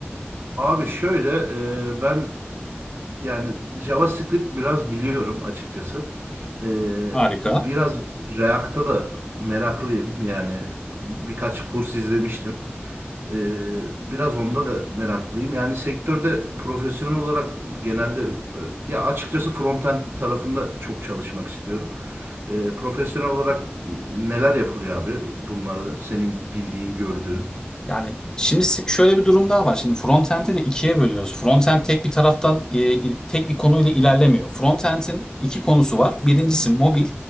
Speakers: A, on the right (about 65°); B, on the left (about 15°).
A: Abi şöyle e, ben Yani JavaScript biraz biliyorum açıkçası. Ee,
B: Harika.
A: biraz React'a da meraklıyım. Yani birkaç kurs izlemiştim. Ee, biraz onda da meraklıyım. Yani sektörde profesyonel olarak genelde e, ya açıkçası frontend tarafında çok çalışmak istiyorum. Ee, profesyonel olarak neler yapılıyor abi? Bunları senin bildiğin, gördüğün.
B: Yani şimdi se- şöyle bir durum daha var. Şimdi frontend'i de ikiye bölüyoruz. Frontend tek bir taraftan e, i- tek bir konuyla ilerlemiyor. Frontend'in iki konusu var. Birincisi mobil,